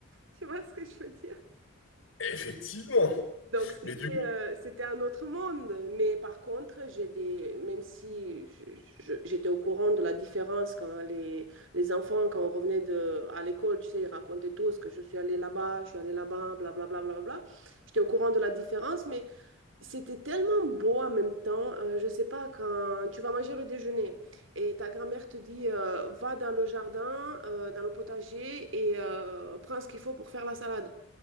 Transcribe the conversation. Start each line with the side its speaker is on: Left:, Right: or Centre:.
Right: Tu vois ce que je veux dire?
Left: Effectivement.
Right: Donc, c'était
Left: Mais du coup,
Right: euh, c'était un autre monde. Mais par contre, j'ai des, même si je- je- j'étais au courant de la différence quand les, les enfants, quand on revenait de, à l'école, tu sais, ils racontaient tous que je suis allée là-bas, je suis allée là-bas, blablabla, blablabla. J'étais au courant de la différence, mais c'était tellement beau en même temps. Euh, je sais pas, quand tu vas manger le déjeuner et ta grand-mère te dit, euh, va dans le jardin, euh, dans le potager et euh, prends ce qu'il faut pour faire la salade.